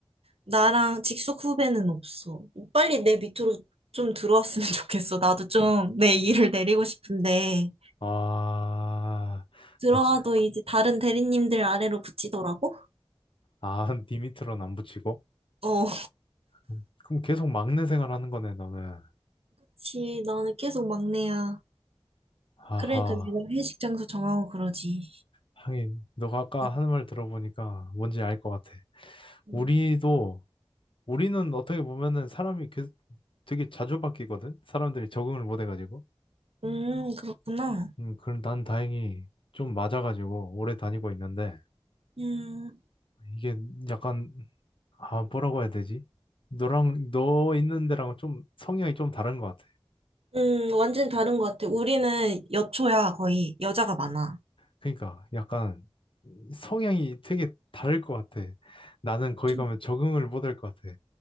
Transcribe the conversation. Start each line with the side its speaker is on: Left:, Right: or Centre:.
Right: 나랑 직속 후배는 없어. 빨리 내 밑으로 좀 들어왔으면 <laughs> 좋겠어. 나도 좀 내 일을 내리고 싶은데.
Left: 아,
Right: 들어와도
Left: 마치,
Right: 이제 다른 대리님들 아래로 붙이더라고?
Left: 아, 니 밑으로는 안 붙이고?
Right: 어.
Left: 그럼 그럼 계속 막내 생활하는 거네, 너는.
Right: 그치, 나는 계속 막내야.
Left: 아하,
Right: 그러니까 내가 회식 장소 정하고 그러지.
Left: 하긴, 너가 아까
Right: 아,
Left: 하는 말 들어보니까 뭔지 알 것 같아.
Right: 음,
Left: 우리도, 우리는 어떻게 보면은 사람이 계- 되게 자주 바뀌거든? 사람들이 적응을 못 해가지고.
Right: 음, 그렇구나.
Left: 음, 그럼 난 다행히 좀 맞아가지고 오래 다니고 있는데,
Right: 음,
Left: 이게 약간, 아, 뭐라고 해야 되지? 너랑, 너 있는 데랑 좀 성향이 좀 다른 것 같아.
Right: 음, 완전 다른 것 같아. 우리는 여초야, 거의. 여자가 많아.
Left: 그러니까 약간 성향이 되게 다를 것 같아. 나는 거기
Right: 좀,
Left: 가면 적응을 못할 것 같아.